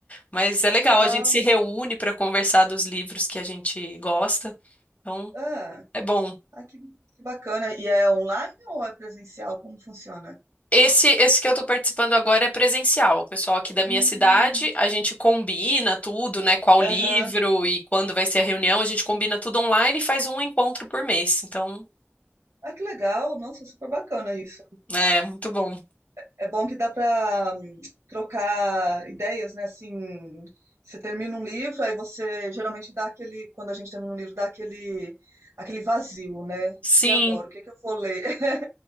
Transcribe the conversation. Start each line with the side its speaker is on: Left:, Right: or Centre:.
Left: mas é legal.
Right: Legal.
Left: A gente se reúne para conversar dos livros que a gente gosta. Então,
Right: Ah,
Left: é bom.
Right: ah, que, que bacana. E é online ou é presencial? Como funciona?
Left: Esse, esse que eu estou participando agora é presencial. O pessoal aqui da minha
Right: Hum,
Left: cidade, a gente combina tudo, né? Qual livro
Right: aham.
Left: e quando vai ser a reunião. A gente combina tudo online e faz um encontro por mês. Então,
Right: Ah, que legal. Nossa, super bacana isso.
Left: é é muito bom.
Right: É bom que dá para trocar ideias, né? Assim, você termina um livro, aí você geralmente dá aquele, quando a gente termina um livro, dá aquele, aquele vazio, né?
Left: Sim.
Right: E agora, o que é que eu vou ler? <laughs>